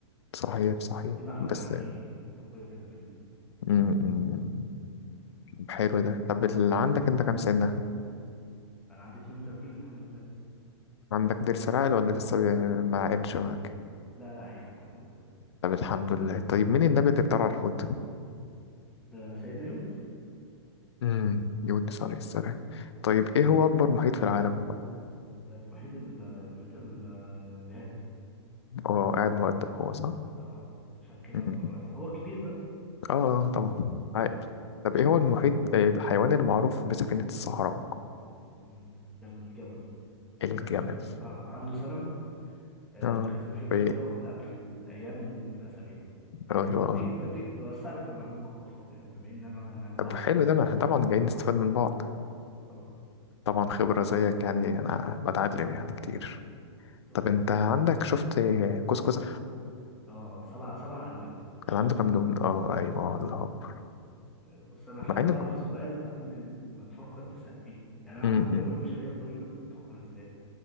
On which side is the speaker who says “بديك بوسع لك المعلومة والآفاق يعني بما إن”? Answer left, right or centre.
Centre